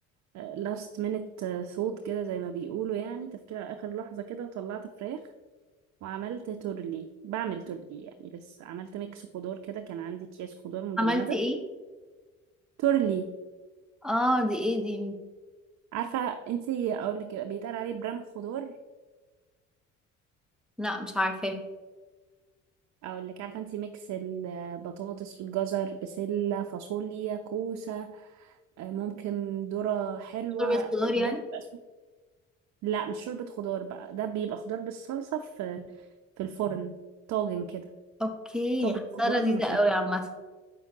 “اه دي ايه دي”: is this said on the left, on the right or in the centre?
Centre